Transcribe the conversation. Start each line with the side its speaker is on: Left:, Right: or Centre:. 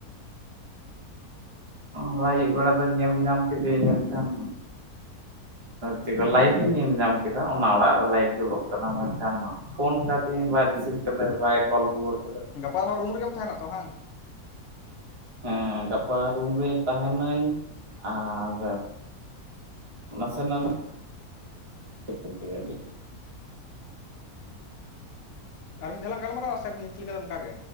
Right: ᱚ <inaudible> ᱟᱹᱭᱩᱵ ᱵᱮᱲᱟ ᱫᱚ ᱧᱮᱞ ᱧᱟᱢ ᱠᱮᱧ ᱢᱮᱱᱠᱷᱟᱱ ᱪᱮᱫ ᱞᱟᱭᱤᱴ ᱤᱧ ᱧᱮᱞ ᱧᱟᱢ ᱠᱮᱫᱟ ᱚᱱᱟ ᱚᱲᱟᱜ ᱨᱮ ᱞᱟᱭᱤᱴ ᱡᱩᱞᱚᱜ ᱠᱟᱱᱟ ᱢᱮᱱᱠᱷᱟᱱ ᱢᱟ ᱯᱷᱳᱱ ᱠᱟᱫᱤᱧ ᱵᱟᱭ ᱨᱤᱥᱤᱵᱷ ᱠᱟᱫᱟ ᱵᱟᱭ ᱠᱚᱞ ᱨᱩᱣᱟᱹᱲ ᱠᱟᱫᱟ
Left: ᱚᱠᱟ ᱦᱚᱲ ᱨᱩᱢ ᱨᱮᱜᱮᱢ ᱛᱟᱦᱮᱱᱟ ᱛᱚ ᱵᱟᱝ
Right: ᱦᱮᱸ ᱜᱟᱯᱟ ᱨᱩᱢ ᱨᱮᱧ ᱛᱟᱦᱮᱱᱟᱹᱧ ᱟᱨ ᱱᱟᱥᱮ ᱱᱟᱜ ᱷᱟ <unintelligible>
Left: ᱦᱮᱸ <inaudible> ᱟᱨ ᱢᱤᱫ ᱫᱷᱟᱣ ᱞᱟᱝ ᱜᱟᱞᱢᱟᱨᱟᱣᱟ ᱥᱮ ᱤᱝᱠᱟᱹ ᱞᱮᱠᱟ ᱫᱚ ᱱᱚᱝᱠᱟ ᱜᱮ